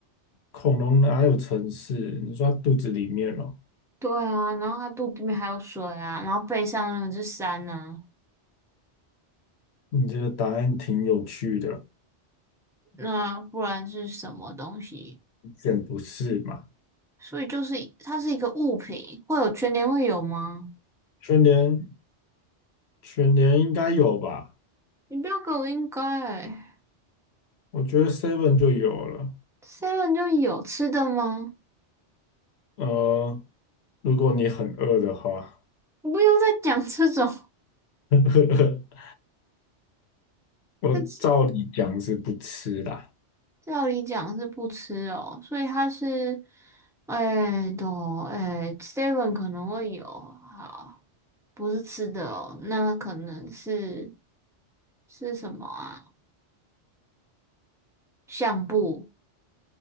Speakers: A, on the left; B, in the centre.
A: 恐龙哪有城市？你说它肚子里面哦？
B: 对啊，然后它肚子里面还有水啊，然后背上那个是山呢，
A: 你这个答案挺有趣的，
B: 那不然是什么东西？
A: 选不是嘛？
B: 所以就是它是一个物品，会有全年会有吗？
A: 全联，全联应该有吧？
B: 你不要给我应该欸
A: 我觉得 Seven 就有了。
B: ，seven 就有吃的吗？
A: 呃，如果你很饿的话，
B: 你不要再讲这种，
A: <laughs> 我照理讲是不吃啦。
B: <laughs> 是。照理讲是不吃哦，所以它是，哎都哎，seven 可能会有，好，不是吃的哦，那可能是是什么啊？相簿，